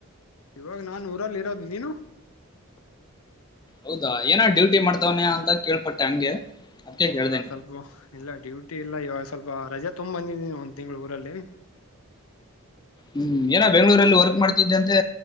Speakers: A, on the left; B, on the left.
A: ಇವಾಗ ನಾನ್ ಊರಲ್ಲಿ ಇರೋದು. ನೀನು?
B: ಹೌದಾ ಏನ ಡ್ಯೂಟಿ ಮಾಡ್ತವನೇ ಅಂತ ಕೇಳ್ಪಟ್ಟೆ ಹಂಗೆ ಅದಕ್ಕೆ
A: ಇಲ್ಲ
B: ಕೇಳ್ದೆ
A: ಸ್ವಲ್ಪ ಇಲ್ಲ ಡ್ಯೂಟಿ ಇಲ್ಲ ಇವಾಗ ಸ್ವಲ್ಪ ರಜೆ ತಗೋಬಂದಿದೀನಿ ಒಂದ್ ತಿಂಗ್ಗಳ ಊರಲ್ಲಿ
B: ಹ್ಮ್ ಏನ ಬೆಂಗ್ಗಳೂರಲ್ಲಿ ವರ್ಕ್ ಮಾಡ್ತಿದ್ದ ಅಂತೆ